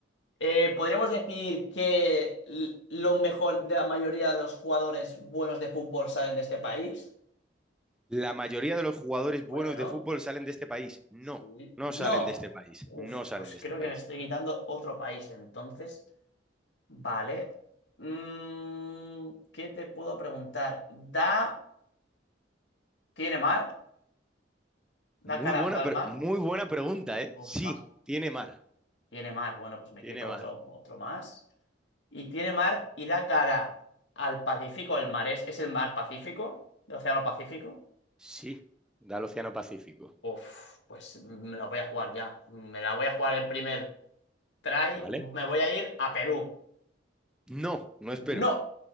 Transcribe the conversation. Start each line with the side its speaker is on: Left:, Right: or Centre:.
Left: Eh, ¿podríamos decir que l- lo mejor de la mayoría de los jugadores buenos de fútbol salen de este país?
Centre: La mayoría de los jugadores
Left: Bueno.
Centre: buenos de fútbol salen de este país. No,
Left: Sí.
Centre: no
Left: No.
Centre: salen de este país.
Left: Uf,
Centre: No salen
Left: pues
Centre: de este
Left: creo
Centre: país.
Left: que me estoy quitando otro país entonces. Vale. Mm, ¿qué te puedo preguntar? ¿Da... ¿Tiene mar?
Centre: Muy
Left: ¿Da cara
Centre: buena,
Left: da
Centre: pre-
Left: al mar?
Centre: muy buena pregunta, ¿eh?
Left: Uf,
Centre: Sí,
Left: más.
Centre: tiene mar.
Left: Tiene mar. Bueno, pues me
Centre: Tiene
Left: quito
Centre: mar.
Left: otro, otro más. Y tiene mar y da cara al Pacífico. ¿El mar es, es el mar Pacífico? ¿El Océano Pacífico?
Centre: Sí, da al Océano Pacífico.
Left: Uf, pues me la voy a jugar ya. Me la voy a jugar el primer try.
Centre: ¿Vale?
Left: Me voy a ir a Perú.
Centre: No, no es
Left: ¡No!
Centre: Perú.